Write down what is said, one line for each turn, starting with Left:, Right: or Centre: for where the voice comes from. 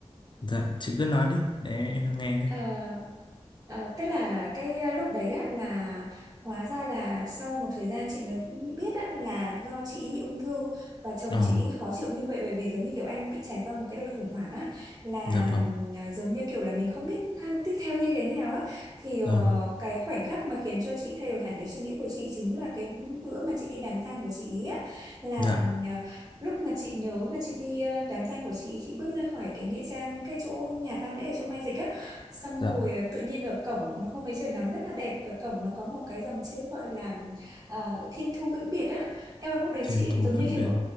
Left: dạ chị cứ nói đi để em nghe đây
Right: Ờ, ờ, tức là cái ờ, lúc đấy á là hóa ra là sau một thời gian chị mới biết á là do chị ý bị ung thư và chồng
Left: ờ
Right: chị ý khó chịu như vậy bởi vì giống như kiểu anh bị trải qua một cái đợt khủng hoảng á là
Left: dạ vâng
Right: ừm, à, giống như kiểu là mình không biết ha- tiếp theo như thế nào á thì ờ,
Left: ờ
Right: cái khoảnh khắc mà khiến cho chị thay đổi hẳn cái suy nghĩ của chị chính là cái bữa mà chị đi đám tang của chị ý á là
Left: dạ
Right: ừm, à, lúc mà chị nhớ là chị đi ờ, đám tang của chị ý, chị bước ra khỏi cái nghĩa trang cái chỗ nhà tang lễ ở chỗ Mai Dịch á xong
Left: dạ
Right: rồi à, tự nhiên ở cổng nó hôm ấy trời nắng rất là đẹp ở cổng nó có một cái dòng chữ gọi là ờ, Thiên Thu Vĩnh Biệt á em lúc đấy
Left: thiên
Right: chị
Left: thu
Right: giống như
Left: vĩnh
Right: kiểu
Left: biệt